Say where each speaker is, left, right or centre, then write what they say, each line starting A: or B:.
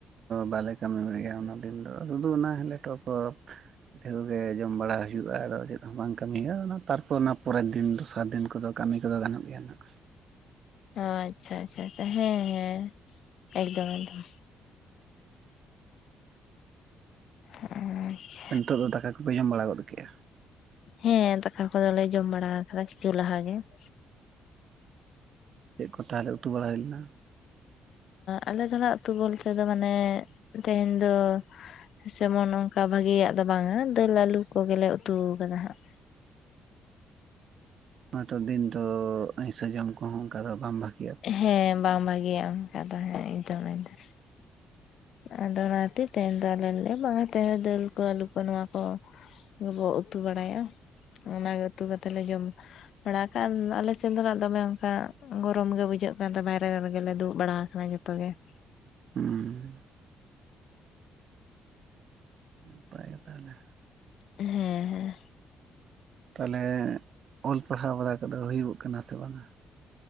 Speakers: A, on the right (about 60°); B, on the left (about 65°).
A: ᱵᱟᱞᱮ ᱠᱟᱹᱢᱤ ᱜᱮᱭᱟ ᱚᱱᱟ ᱫᱤᱱ ᱫᱚ ᱥᱩᱫᱩ ᱚᱱᱟ ᱞᱮᱴᱚ ᱠᱚ ᱯᱤᱴᱷᱟᱹ ᱠᱚᱜᱮ ᱡᱚᱢ ᱵᱟᱲᱟ ᱦᱩᱭᱩᱜᱼᱟ ᱟᱫᱚ ᱪᱮᱫ ᱵᱟᱝ ᱠᱟᱹᱢᱤᱜᱼᱟ ᱛᱟᱨᱯᱚᱨ ᱚᱱᱟ ᱯᱚᱨᱮᱨ ᱫᱤᱱ ᱫᱚᱥᱟᱨ ᱫᱤᱱ ᱠᱚᱫᱚ ᱠᱟᱹᱢᱤ ᱠᱚᱫᱚ ᱜᱟᱱᱚᱜ ᱜᱮᱭᱟ ᱱᱟᱜ᱾
B: ᱟᱪᱪᱷᱟ ᱟᱪᱪᱷᱟ ᱟᱪᱪᱷᱟ ᱦᱮᱸ ᱦᱮᱸ ᱮᱠᱫᱚᱢ ᱮᱠᱫᱚᱢ <inaudible>
A: ᱱᱤᱛᱟᱹᱜ ᱫᱚ ᱫᱟᱠᱟ ᱠᱚᱯᱮ ᱡᱚᱢ ᱵᱟᱲᱟ ᱜᱚᱫ ᱠᱮᱜᱼᱟ?
B: ᱦᱮᱸ ᱫᱟᱠᱟ ᱠᱚᱫᱚᱞᱮ ᱡᱚᱢ ᱵᱟᱲᱟ ᱠᱟᱫᱟ ᱠᱤᱪᱷᱩ ᱞᱟᱦᱟ ᱜᱮ ᱾
A: ᱪᱮᱫ ᱠᱚ ᱛᱟᱦᱚᱞᱮ ᱩᱛᱩ ᱵᱟᱲᱟ ᱦᱩᱭ ᱞᱮᱱᱟ?
B: ᱟᱞᱮ ᱫᱚᱱᱟᱜ ᱚᱛᱩ ᱵᱚᱞᱛᱮ ᱫᱚ ᱢᱟᱱᱮ ᱛᱮᱦᱮᱧ ᱫᱚ ᱥᱮᱢᱚᱱ ᱚᱱᱠᱟ ᱵᱷᱟᱜᱤᱭᱟᱜ ᱫᱚ ᱵᱟᱝᱟ ᱫᱟᱹᱞ ᱟᱞᱩ ᱠᱚ ᱜᱮᱞᱮ ᱩᱛᱩ ᱠᱟᱫᱟ ᱦᱟᱸᱜ ᱾
A: ᱚᱱᱟ ᱴᱟᱜ ᱫᱤᱱ ᱫᱚ ᱟᱹᱭᱥᱟᱹ ᱡᱚᱢ ᱠᱚᱦᱚᱸ ᱚᱱᱠᱟ ᱫᱚ ᱵᱟᱝ ᱵᱷᱟᱜᱤ
B: ᱦᱮᱸ ᱵᱟᱝ ᱵᱷᱟᱹᱜᱤᱭᱟ ᱚᱱᱠᱟ ᱫᱚ ᱦᱮᱸ ᱮᱠᱫᱚᱢ ᱮᱠᱫᱚᱢ ᱟᱫᱚ ᱚᱱᱟᱛᱮ ᱛᱮᱦᱮᱧ ᱫᱚ ᱟᱞᱮ ᱞᱮ ᱵᱟᱝᱟ ᱛᱮᱦᱮ ᱫᱟᱹᱞ ᱠᱚ ᱟᱹᱞᱩ ᱠᱚ ᱱᱚᱣᱟ ᱠᱚ ᱵᱚ ᱩᱛᱩ ᱵᱟᱲᱟᱭᱟ ᱚᱱᱟ ᱜᱮ ᱩᱛᱩ ᱠᱟᱛᱮ ᱞᱮ ᱡᱚᱢ ᱵᱟᱲᱟ ᱠᱟᱜ ᱟᱞᱮ ᱥᱮᱱ ᱫᱚᱱᱟᱜ ᱫᱚᱢᱮ ᱚᱱᱠᱟ ᱜᱚᱫ ᱜᱚᱨᱚᱢ ᱜᱮ ᱵᱩᱡᱷᱟᱹᱜ ᱠᱟᱱ ᱛᱮ ᱵᱟᱭᱨᱮ ᱨᱮᱜᱮ ᱫᱩᱲᱵ ᱵᱟᱲᱟᱟᱣ ᱟᱠᱟᱱᱟ ᱡᱚᱛᱚ ᱜᱮ ᱾
A: ᱦᱩᱸ ᱱᱟᱯᱟᱭ ᱜᱮ ᱛᱟᱦᱚᱞᱮ
B: ᱦᱮᱸ ᱦᱮᱸ
A: ᱛᱟᱦᱞᱮ ᱚᱞ ᱯᱟᱲᱦᱟᱣ ᱵᱟᱲᱟ ᱠᱟᱫᱚ ᱦᱩᱭᱩᱜ ᱠᱟᱱᱟ ᱥᱮ ᱵᱟᱝᱟ?